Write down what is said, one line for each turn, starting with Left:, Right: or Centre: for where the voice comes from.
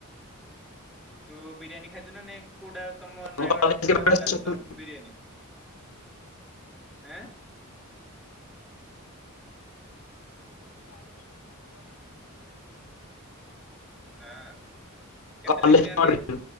Centre: ତୁ ବିରିୟାନୀ ଖାଇଲୁ ନା ନାହିଁ। ତମ ନୟାଗଡ଼ରେ
Left: ଆମ କଲେଜ
Centre: କୁଡା ଭଲ
Left: କେବେ
Centre: ଲାଗୁଛି ବିରିୟାନୀ ଆଃ। ହଁ କେତେ
Left: କ
Centre: ଲେଖା ନିଅନ୍ତି?
Left: <inaudible>